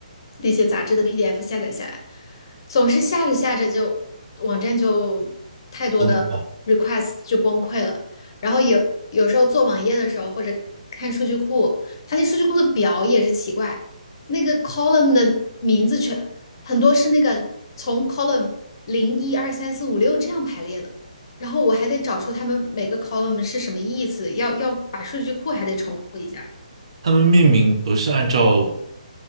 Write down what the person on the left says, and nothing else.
那些杂志的 PDF 下载下来，总是下着下着就网站就太多的
request 就崩溃了。然后有有时候做网页的时候或者看数据库，它那数据库的表也是奇怪，那个 column 的名字全很多是那个从 column 零一二三四五六这样排列的，然后我还得找出他们每个 column 是什么意思，要要把数据库还得重构一下，